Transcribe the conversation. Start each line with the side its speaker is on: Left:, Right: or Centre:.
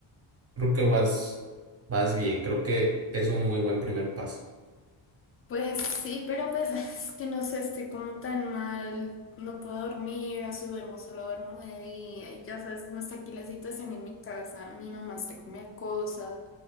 Right: Creo que vas, vas bien, creo que es un muy buen primer paso.
Left: Pues sí, pero pues <laughs> es que no sé, estoy como tan mal, no puedo dormir, o si duermo, solo duermo de día, y ya sabes cómo está aquí la situación en mi casa, mi mamá está con mi acosa,